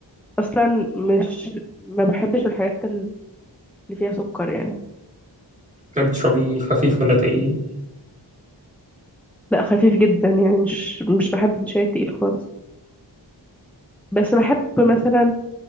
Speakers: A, in the centre; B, on the right.
A: اصلا مش ما بحبش الحاجات اللي فيها سكر يعني
B: تحبي تشربي خفيف ولا تقيل
A: لا خفيف جدا يعني مش مش بحب الشاي التقيل خالص بس بحب مثلا